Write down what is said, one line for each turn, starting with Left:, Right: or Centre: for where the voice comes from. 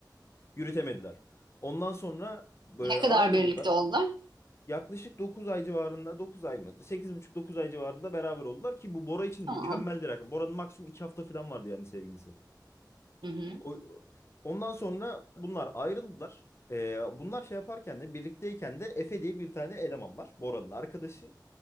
Left: Yürütemediler. Ondan sonra e,
Right: Ne
Left: ayrıldılar.
Right: kadar birlikte oldular?
Left: Yaklaşık 9 ay civarında 9 ay mı? sekiz buçuk dokuz ay civarında beraber oldular ki bu Bora için
Right: Tamam.
Left: mükemmel bir rakam. Bora'nın maksimum 2 hafta falan vardı yani sevgilisi.
Right: Hı hı.
Left: O, ondan sonra bunlar ayrıldılar. Ee, bunlar şey yaparken de birlikteyken de Efe diye bir tane eleman var. Bora'nın arkadaşı.